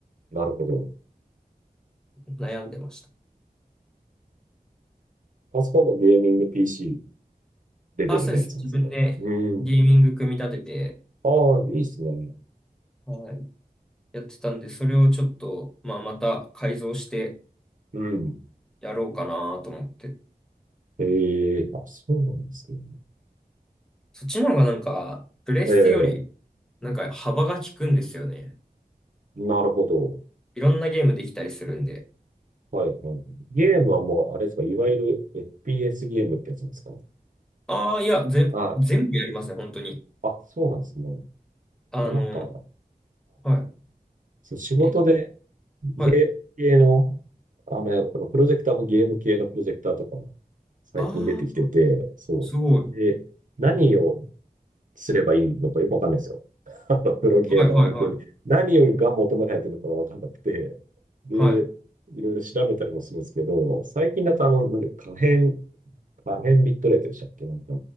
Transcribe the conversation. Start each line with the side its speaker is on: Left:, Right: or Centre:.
Right: なるほど。
Centre: 悩んでました。
Right: パソコンもゲーミング PC レベルのやつなんですね。
Centre: あ、そうです。自分でゲーミング組み立てて、
Right: うん。ああ、いいっすね。
Centre: はい、やってたんで、それをちょっと、まあ、また改造して
Right: うん。
Centre: やろうかなと思って。
Right: ええあ、そうなんですね。
Centre: そっちの方がなんか、プレステより、
Right: ええ
Centre: なんか幅が利くんですよね。
Right: なるほど。
Centre: いろんなゲームできたりするんで。
Right: はいはいはい。ゲームはもう、あれですか、いわゆる FPS ゲームってやつなんですか。
Centre: ああ、いや、ぜ、
Right: はい。
Centre: 全部やりますね、本当に。
Right: あ、そうなんですね。
Centre: あの、
Right: いや、なんか、はい。
Centre: は
Right: そう、仕事で
Centre: い。えっと、
Right: ゲーム系の、
Centre: はい。
Right: あの、やっぱプロジェクターもゲーム系のプロジェクターとかも最近出てきてて、
Centre: ああ。
Right: そう。
Centre: すごい。
Right: で、何をすればいいのかよくわかんないですよ。<laughs> あの、プロゲーマー向けに。
Centre: はいはいはい。
Right: 何をが求められてるのかがわかんなくて。で、
Centre: はい。
Right: いろいろ調べたりもするんですけど、最近だとあの、なんで可変、可変ビットレートでしたっけなんか、